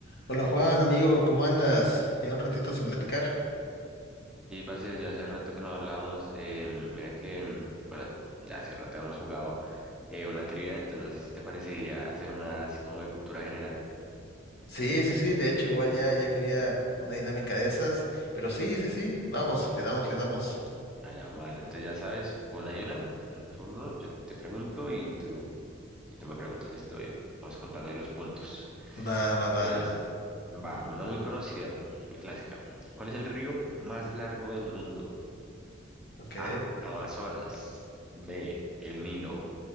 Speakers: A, on the left; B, in the centre.
A: Hola Juan, amigo, ¿cómo andas? Ya un ratito sin platicar.
B: Sí, parce, ya hace rato que no hablábamos. eh, mira que, mm, bueno, ya hace rato hemos jugado eh, una trivia, entonces no sé si te parecería hacer una así como de cultura general.
A: Sí, sí, sí, de hecho igual ya, ya quería una dinámica de esas, pero sí, sí, sí, vamos, le damos, le damos.
B: A la madre. Entonces ya sabes, una y una, un turno, yo te pregunto y tú, y tú me preguntas, listo, y vamos contando ahí los puntos.
A: Va, va, va,
B: Entonces, va, una muy conocida, muy clásica. ¿Cuál es el río más largo del mundo?
A: ok.
B: A, Amazonas, B, el Nilo,